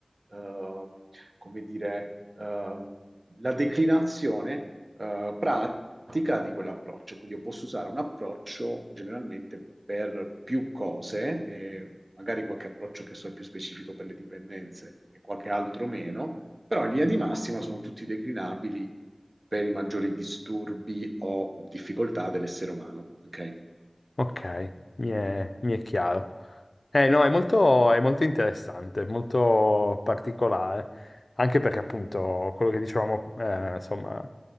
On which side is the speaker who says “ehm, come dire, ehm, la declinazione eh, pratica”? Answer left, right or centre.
Right